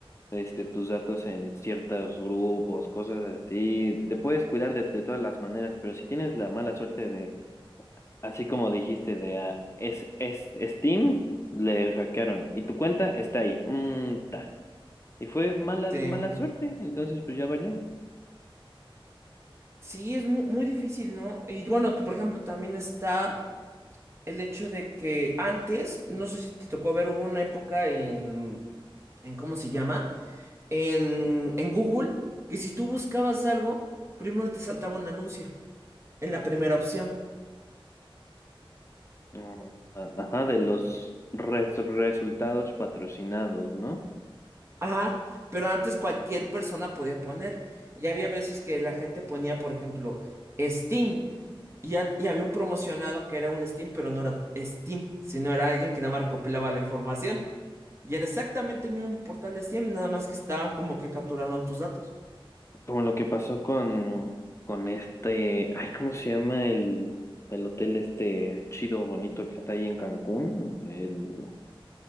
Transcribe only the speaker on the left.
este tus datos en ciertos grupos, cosas así. Te puedes cuidar de, de todas las maneras, pero si tienes la mala suerte de Así como dijiste de ah, es, es Steam, le hackearon y tu cuenta está ahí. Mm, ta. Y fue malas,
mala suerte, entonces pues ya valió.
Mm, a- Ajá, de los res- resultados patrocinados, ¿no?
Como lo que pasó con, con este, ay, ¿cómo se llama el, el hotel este chido, bonito que está ahí en Cancún? El,